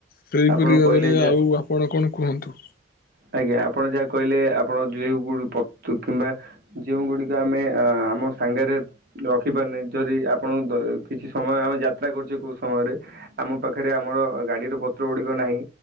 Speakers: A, on the left; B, on the right.
A: ସେହିପରି
B: ଆପଣ
A: ଭାବରେ
B: କହିଲେ ଯା
A: ଆଉ ଆପଣ କଣ କୁହନ୍ତୁ।
B: ଆଜ୍ଞା ଆପଣ ଯାହା କହିଲେ ଆପଣ ଯୋଉଁ ଗୁୁ ଵସ୍ତୁ କିମ୍ବା ଯେଉଁ ଗୁଡିକ ଆମେ ଅ ଆମ ସାଙ୍ଗରେ ରଖିପାରୁନେ ଯଦି ଆପଣ ଦ କିଛି ସମୟ ଆମେ ଯାତ୍ରା କରୁଛେ କେଉଁ ସମୟରେ ଆମ ପାଖରେ ଆମର ଗାଡିରୁ ପତ୍ର ଗୁଡିକ ନାହିଁ